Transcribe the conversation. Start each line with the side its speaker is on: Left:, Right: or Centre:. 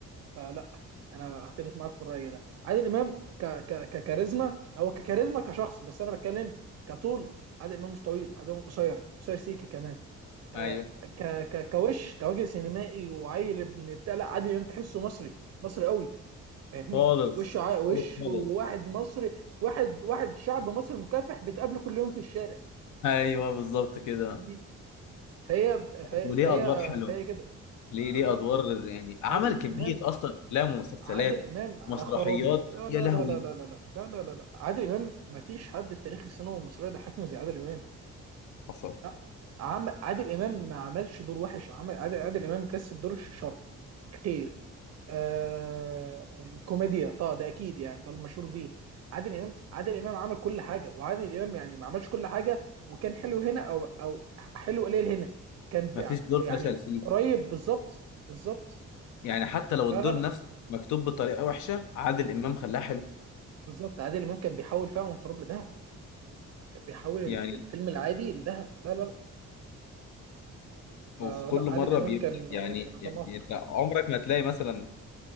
Right: فلا انا اختلف معاك في الراي ده عادل امام ك ك ككاريزما هو ككاريزما كشخص بس انا بتكلم كطول عادل امام مش طويل عادل امام قصير قصير سيكي كمان آه
Left: ايوه
Right: ك ك كوش كوجه سينمائي وعيل ابن بتاع لا عادل امام تحسه مصري مصري قوي فاهمني
Left: خالص
Right: وشه ع... وشه
Left: خالص خالص
Right: واحد مصري واحد واحد شعب مصري مكافح بتقابله كل يوم في الشارع
Left: ايوه بالظبط كده
Right: فاهمني فهي فهي
Left: وليه
Right: فهي,
Left: ادوار حلوه
Right: فهي كده
Left: ليه ليه
Right: ض-
Left: ادوار زي- يعني
Right: عادل
Left: عمل كميه
Right: امام
Left: اصلا افلام ومسلسلات
Right: عادل امام آه،
Left: مسرحيات
Right: خرابي لا لا
Left: يا لهوي
Right: لا لا لا لا لا لا لا لا لا. عادل امام ما فيش حد في تاريخ السينما المصريه ضحكنا زي عادل امام
Left: حصل
Right: لا عم... عادل امام ما عملش دور وحش عمل عادل, عادل امام جسد دور الشر خير آه... كوميديا طبعا ده اكيد يعني ده المشهور بيه عادل امام عادل امام عمل كل حاجه وعادل امام يعني ما عملش كل حاجه وكان حلو هنا او او حلو قليل هنا كان ب-
Left: ما فيش دور
Right: يعني
Left: فشل فيه
Right: قريب بالظبط بالظبط
Left: يعني حتى لو
Right: لا
Left: الدور
Right: لا لا
Left: نفسه مكتوب بطريقه وحشه عادل امام خلاه حلو
Right: بالظبط عادل امام كان بيحاول فعلا من تراب لدهب كان بيحول ال-
Left: يعني
Right: الفيلم العادي لذهب لا لا لا فلا
Left: وفي كل مره
Right: عادل امام
Left: بيبدع
Right: كان
Left: يعني
Right: كان علم
Left: يعني
Right: اخر
Left: انت عمرك ما تلاقي مثلا